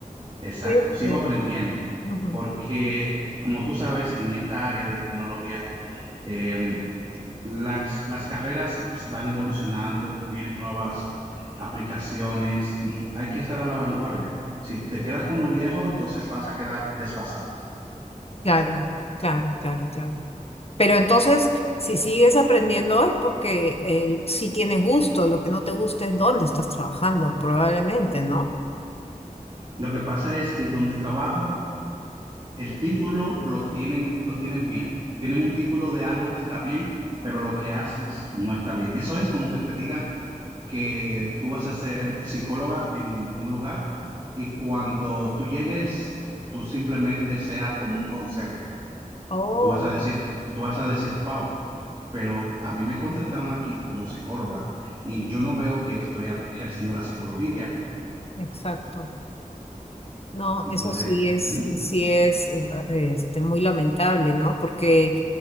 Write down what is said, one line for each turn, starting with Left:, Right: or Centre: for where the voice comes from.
Right: Exacto,
Left: Sigues estudiando.
Right: sigo aprendiendo,
Left: Ujú.
Right: porque como tú sabes, en esta área de tecnología, eh, las, las carreras van evolucionando, vienen nuevas aplicaciones y hay que estar a la vanguardia. Si te quedas con lo viejo, entonces vas a quedar desfasado.
Left: Claro, claro, claro, claro. Pero entonces, si sigues aprendiendo es porque eh, si tienes gusto, lo que no te gusta es dónde estás trabajando, probablemente, ¿no?
Right: Lo que pasa es que donde trabajo, el título lo tienen, lo tienen bien. Tienen un título de algo que está bien, pero lo que haces no está bien. Eso es como que te diga que tú vas a ser psicóloga en un lugar y cuando tú llegues, tú simplemente seas como un conserje.
Left: Oh,
Right: Tú vas a decir, tú vas a decir, wow, pero a mí me contrataron aquí como psicóloga y yo no veo que estoy a- ejerciendo la psicología.
Left: exacto. No,
Right: Entonces,
Left: eso sí es,
Right: ujú,
Left: sí es eh, ah, este, muy lamentable, ¿no? Porque,